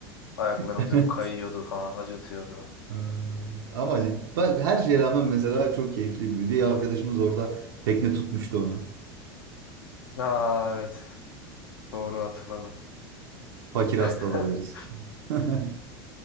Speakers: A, on the left; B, on the right.
A: Ayaklarımız
B: <laughs>
A: hep kayıyordu falan acıtıyordu.
B: Ee, Ama bak her şeye rağmen mesela çok keyifliydi. Bir arkadaşımız orada tekne tutmuştu onu.
A: Aa evet doğru hatırladım.
B: Fakir hastalığı
A: <laughs>
B: deriz. <laughs>